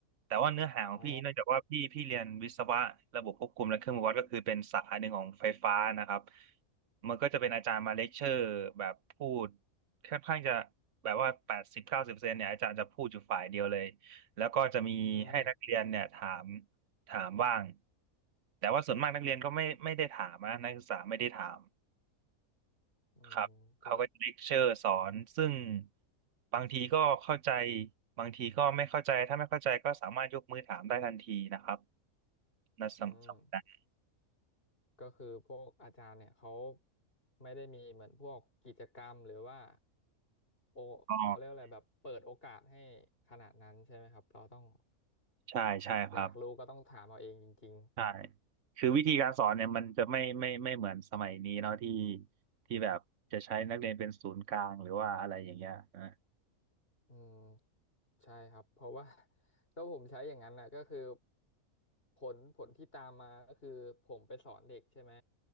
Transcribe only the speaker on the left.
อ๋อ
อืม
อืมก็
อืมก็คือพวกอาจารย์เนี่ยเขาไม่ได้มีเหมือนพวกกิจกรรมหรือว่าโอเขาเรียกอะไรแบบเปิดโอกาสให้ขนาดนั้นใช่ไหมครับเราต้อง
อยากรู้ก็ต้องถามเอาเองจริง
อืมใช่ครับเพราะว่า <laughs> ถ้าผมใช้อย่างนั้นนะก็คือผลผลที่ตามมาก็คือผมไปสอนเด็กใช่ไหม